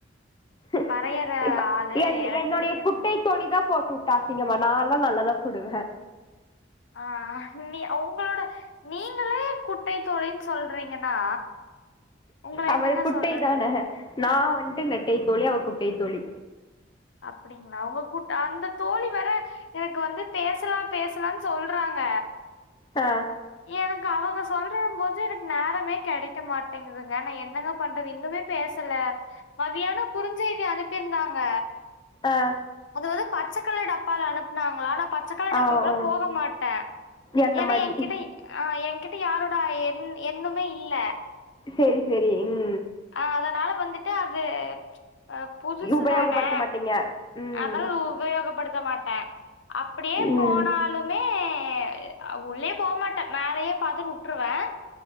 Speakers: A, on the left; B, on the left.
A: ஹி ஹி ஹூக்
B: வரையற
A: இப்ப
B: ஆளு
A: என்
B: எனக்கு
A: என்னுடைய
B: தெரியாதாங்க.
A: குட்டை தொளிதா போட்டுவுட்டா அசிங்கம நான்ல்லா நல்லாதா போடுவ
B: ஆஹ் நீ உங்களோட நீங்களே குட்டை தோழின்னு சொல்றீங்கன்னா உங்கள
A: அவள்
B: என்னங்க
A: குட்டை
B: சொல்றது?
A: தானே நா வந்துட்டு நெட்டை தோழி அவள் குட்டை தோழி
B: அப்படிங்களா உங்க கூட்ட அந்த தோழி வர எனக்கு வந்து பேசலா பேசலானு சொல்றாங்க
A: ஆ
B: எனக்கு அவங்க சொல்ற போது எனக்கு நேரமே கிடைக்க மாட்டேங்குதுங்க நா என்னங்க பண்றது இன்னுமே பேசல மதியான குறுஞ்செய்தி அனுப்பியிருந்தாங்க
A: ஆ
B: அத வது பா சகல டப் அப்பால அனுப்புனாங்களா நா பச்சைக்கள
A: ஆ
B: டப்பாக்குள்ள
A: ஓ
B: போக மாட்ட
A: என்ன
B: ஏனா
A: மாரி
B: எகிட்ட ஆஹ் என்கிட்ட யாரோட எண்ணுமே இல்ல
A: செரி செரி உம்
B: ஆ அதனால வந்துட்டு அது அஹ புதுசு
A: உபயோகப்படுத்த
B: தானே
A: மாட்டீங்க ம்
B: அதால உபயோகப்படுத்த த மாட்ட அப்படியே
A: ம்
B: போனாலுமே எ உள்ளே போ மாட்ட மேலயே பார்த்தட்டு விட்டுருவேன்